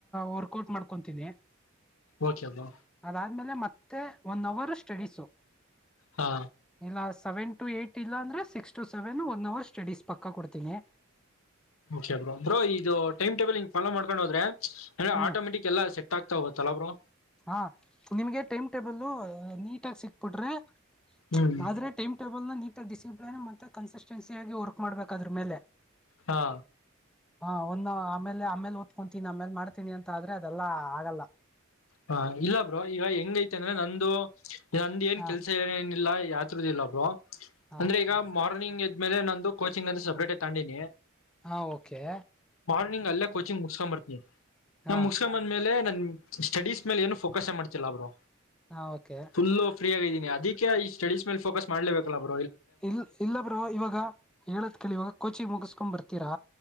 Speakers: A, in the centre; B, on the left (about 70°).
A: ವರ್ಕೌಟ್ ಮಾಡ್ಕೊತೀನಿ.
B: ಓಕೆ ಬ್ರೋ
A: ಆದ್ಮೇಲೆ ಮತ್ತೆ ಒನ್ ಅವರ್ ಸ್ಟಡೀಸು.
B: ಹಾ
A: ಇಲ್ಲ ಸೆವೆನ್ ಟು ಏಟ್ ಇಲ್ಲ ಅಂದ್ರೆ six to seven one hour study. ಪಕ್ಕ ಕೊಡ್ತೀನಿ
B: ಕಓಕೆ ಬ್ರೋ ಬ್ರೋ ಇದು ಟೈಮ್ ಟೇಬಲ್ ಫಾಲೋ ಮಾಡಕೊಂಡು ಹೋದ್ರೆ ಅದೆ
A: ಹ್ಮ್
B: ಆಟೋಮಟಕ್ ಎಲ್ಲ ಸೆಟ್ ಆತ. ತೋಗು ತಲ್ಲ ಬ್ರೋ.
A: ಹಾ ನಿಮ್ಗೆ ಟೈಮ್ ಟೇಬಲ್ ನೀಟಾಗಿ ಸಿಕ್ಬಿಟ್ರೆ.
B: ಹ್ಮ್
A: ನಾದ್ರೆ ಟೈಮ್ ಟೇಬಲ್ ನ ನೀ ಮ ಡಿಸಿಪ್ಲಲಿನ್ ಮತ್ತೆ ಕನ್ಸಿಸ್ಟೆನ್ಸಿಯಗಾಗಿ ವರ್ಕ್ ಮಾಡ್ಬೇಕ ಅದ್ರ ಮೇಲೆ
B: ಹಾ
A: ಹಾ ಒಂದು ಆಮೇಲೆ ಆಮೇಲೆ ಓದ್ಕೊತೀನಿ ಆಮೇಲ್ ಮಾಡ್ತೀನಿ ಅಂತ ಆದ್ರೆ ಅದೆಲ್ಲಾ ಆಗಲ್ಲ
B: ಹ ಇಲ್ಲ ಬ್ರ ಈಗ ಹೆಂಗೈತಿ ಅಂದ್ರೆ ನಂದು ನಂದ ಏನ್
A: ಹ
B: ಕೆಲ್ಸ ಏ ಇಲ್ಲ ಯಾತ್ರದ ಇಲ್ಲಬ್
A: ಹ
B: ಅಂದ್ರೆ ಈಗ ಮಾರ್ನಿಂಗ್ ಇದ್ಮೇಲೆ ನಂದು ಕೋಿಂಗ ಅಂತ ಸಪೇಟ್ ತಗೊಂಡಿನಿ
A: ಹಾ ಓಕೆ
B: ್ ಅಲ್ಲೇ ಕೋಚಿಂಗ್ ಮುಗಸ್ಕೊಂಡಂಬರ್ತೀನಿ ನಾ
A: ಹಾ
B: ಮುಗಸ್ಕೊ ಬಂದ್ಮೇಲೆ ನನ್ ಸ್ಟಡೀಸ್ ಮೇಲೆ ಏನು ಫೋಕಸ್ ಮಾಡ್ತಿಲ್ಲಾ ಅವರು
A: ಹಾ ಓಕೆ
B: ಫುಲ್ಲು ಫ್ರೀ ಆಗಿದೀನ ಅದಕ್ಕೆ ಈ ಸ್ಟಡೀಸ್ ಮೇ ಫಕಸ್ ಮಾಡ್ಬೇಕಲ್ಲ ಬ
A: ಇಲ್ ಇಲ್ಲ ಬ್ರವ ಇವಾಗ ಹೇಳತ್ ಕೇಳಿಿವವಾಗ ಕೋಚಿ ಮುಗಸ್ಕೊ್ ಬರ್ತೀರಾ